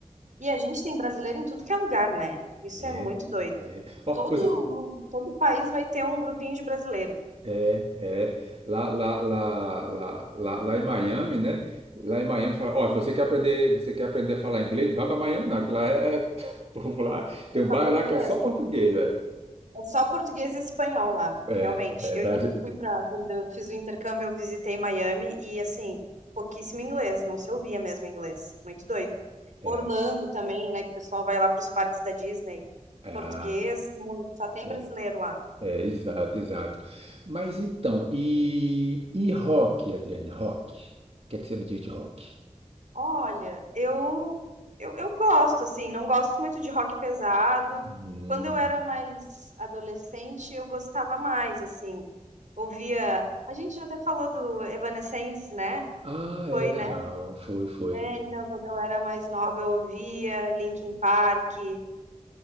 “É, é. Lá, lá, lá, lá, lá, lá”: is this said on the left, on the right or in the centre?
Right